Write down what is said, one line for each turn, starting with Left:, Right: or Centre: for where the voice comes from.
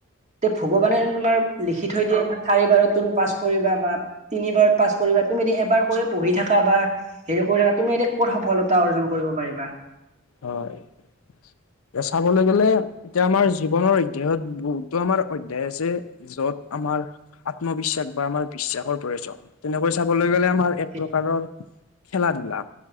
Right: তে ভগৱানে তোমাৰ লিখি থৈ দিয়ে বা চাৰিবাৰত তুমি পাছ কৰিবা বা তিনিবাৰত পাঁচ কৰিবা তুমি এদিন এবাৰ কৰি বহি থাকা বা হেৰি কৰি থাকা তুমি এদিন ক'ত সফলতা অৰ্জন কৰিব। ব পাৰিবা?
Left: হয়। এতিয়া চাবলৈ গ'লে তেওঁ আমাৰ জীৱনৰ অধ্যায়ত বহু। টো আমাৰ অধ্যায় আছে, য'ত আমাৰ আত্মবিশ্বাস বা আমাৰ বিশ্বাসৰ প্ৰয়োজন। তেনেকৈ চাবলৈ গ'লে আমাৰ এক
Right: সেই
Left: প্ৰকাৰৰ খেলা ধূলা।